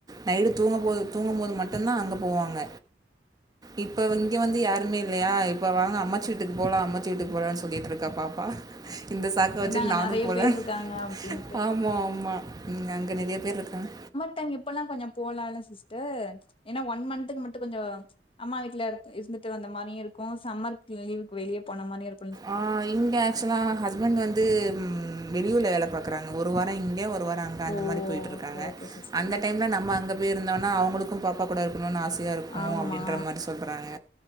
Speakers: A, on the right; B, on the left.
A: நைடு தூங்கும் போது தூங்கும் போது மட்டும்தா அங்க போவாங்க இப்ப இங்கே வந்து யாருமே இல்லையா இப்ப வாங்க அம்மாச்சி வீட்டுக்கு போலா அம்மாச்சி வீட்டுக்கு போலாம்னு சொல்லிட்டு இருக்கா பாப்பா இந்த சாக்கு வச்சுட்டு
B: ஏன்னா அங்க
A: நானு
B: நெறைய
A: போலன்னு
B: பேர் இருக்காங்க அப்டின்ட்டு
A: ஆமா ஆமா ம் அங்க நெறைய பேர் இருக்காங்க
B: ம் இப்பல்லா கொஞ்ச போலால சிஸ்டர் ஏன்னா ஒன் மன்துக்கு மட்டு கொஞ்ச அம்மா வீட்ல இரு இருந்துட்டு வந்த மாதிரியு இருக்கும் சம்மர் லீவுக்கு வெளிய போன மாதிரியு இருக்கும்
A: ஆ இங்க ஆக்சுலா ஹஸ்பண்ட் வந்து ம் வெளியூர்ல வேல பாக்குறாங்க ஒரு வார இங்க ஒரு வார அங்க அந்த
B: ஓ!
A: மாதிரி போயிட்டு இருக்காங்க
B: ஓகே, ஓகே சிஸ்டர்.
A: அந்த டைம்ல நம்ம அங்க போய் இருந்தோம்னா அவங்களுக்கும் ப அப்பா கூட இருக்கணும் ஆசயா இருக்கணும்
B: ஆமா.
A: அப்டின்ற மாதிரி சொல்றாங்க